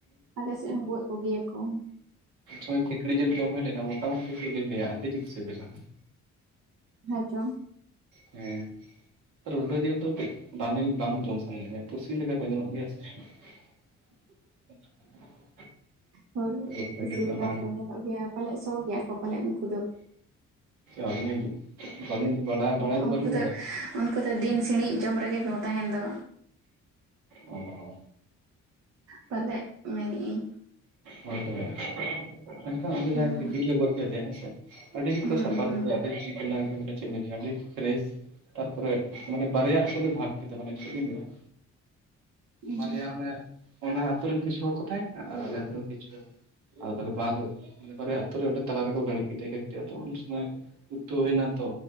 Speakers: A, on the right; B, on the right.
A: ᱟᱞᱮ ᱥᱮᱫ ᱦᱚᱸ ᱜᱚᱡ ᱠᱚᱜᱮᱭᱟᱠᱚ
B: ᱛᱚᱭ ᱠᱷᱸᱤᱠᱲᱤ ᱡᱮᱞ ᱡᱚᱢ ᱦᱩᱭ ᱞᱮᱱᱟ ᱴᱟᱴᱟ ᱢᱩᱴᱤ ᱪᱮᱫ ᱞᱤᱧ ᱞᱟᱹᱭ-ᱟ ᱟᱹᱰᱤ ᱡᱩᱛ ᱥᱮᱜᱮᱞ ᱟ᱾
A: ᱦᱮ ᱪᱚ᱾
B: ᱦᱮᱸᱻᱻ ᱨᱩᱰᱟᱹ ᱡᱮᱞ ᱫᱚ ᱠᱟᱹᱡ ᱵᱟᱝ ᱞᱤᱧ ᱵᱟᱝ ᱡᱚᱢ ᱥᱟᱱᱟ ᱞᱤᱧᱟ ᱯᱩᱥᱤ ᱞᱮᱠᱟ ᱠᱚ ᱧᱮᱞᱚᱜ ᱜᱮᱭᱟ ᱥᱮ, <unintelligible>
A: ᱦᱳᱭ ᱩᱱᱠᱩ
B: ᱨᱩᱰᱟᱹ
A: ᱯᱩᱥᱤ
B: ᱡᱤᱞ
A: ᱞᱮᱠᱟ
B: ᱫᱚ ᱵᱟᱝ
A: ᱦᱚᱸᱠᱚ ᱧᱮᱞᱚᱜ ᱜᱮᱭᱟ ᱯᱟᱞᱮᱫ ᱥᱚ ᱜᱮᱭᱟ ᱠᱚ ᱯᱟᱞᱮᱫ ᱩᱱᱠᱩ ᱫᱚ?
B: ᱟᱞᱤᱧ ᱦᱚᱸ ᱠᱟᱢᱤ ᱠᱚ ᱪᱟᱵᱟ ᱦᱟᱛᱟᱣᱟ
A: ᱦᱮᱸ
B: ᱠᱮᱫᱟᱞᱤᱧ
A: ᱩᱱᱠᱩ
B: ᱵᱚᱞᱮ
A: ᱫᱚ ᱩᱱᱠᱩ ᱛᱚ ᱫᱤᱱ ᱥᱤᱬᱤᱡ ᱡᱚᱢ ᱨᱮᱜᱮ ᱠᱚ ᱛᱟᱦᱮᱱ ᱫᱚ
B: ᱚ
A: ᱯᱟᱞᱮᱜ ᱢᱮᱱᱮᱫ ᱤᱫᱤᱧ
B: ᱦᱳᱭ ᱛᱚᱵᱮ ᱮᱱᱠᱷᱟᱱ ᱟᱞᱮ
A: ᱦᱩᱸ
B: ᱡᱟᱦᱟᱸᱭ ᱠᱷᱤᱠᱲᱤ ᱞᱮ ᱜᱚᱫ ᱞᱮᱫᱮ ᱦᱮᱸ ᱥᱮ ᱟᱹᱰᱤ
A: ᱦᱩᱸ
B: ᱠᱚ ᱥᱟᱯᱷᱟ
A: ᱦᱩᱸ
B: ᱞᱮᱮᱭᱟ ᱟᱹᱰᱤ ᱪᱤᱠᱟᱹ ᱜᱮ ᱢᱟᱱᱮ ᱪᱤᱱ ᱟᱹᱰᱤ ᱯᱷᱨᱮᱥ ᱛᱟᱨᱯᱚᱨᱮ ᱢᱟᱱᱮ ᱵᱟᱨᱭᱟ ᱟᱥᱚᱞᱮ ᱵᱷᱟᱜᱽ ᱠᱮᱫᱟ ᱢᱟᱱᱮ ᱪᱮᱫ ᱞᱤᱧ ᱞᱟᱹᱭᱟ?
A: ᱩᱸᱦᱩᱸ
B: ᱵᱟᱨᱭᱟ ᱢᱟᱱᱮ ᱚᱱᱟ ᱟᱹᱛᱩᱨ ᱨᱮᱱ ᱠᱤᱪᱷᱩ ᱦᱚᱲ ᱠᱚ ᱛᱟᱦᱮᱸᱱᱟ ᱟᱨ ᱟᱞᱮ ᱟᱛᱩᱨ ᱨᱮᱱ ᱠᱤᱪᱷᱩ ᱦᱚᱲ ᱠᱚ ᱟᱫᱚ ᱛᱚᱞᱮ ᱯᱟᱠ ᱢᱟᱱᱮ ᱵᱟᱨᱭᱟ ᱟᱛᱳ ᱨᱮ ᱚᱸᱰᱮ ᱛᱟᱞᱟ ᱨᱮᱠᱚ ᱜᱲᱤᱡ ᱠᱮᱫᱮ ᱠᱭᱟᱚ ᱩᱱ ᱥᱚᱢᱚᱭ ᱩᱛᱩ ᱦᱩᱭᱱᱟ ᱛᱚ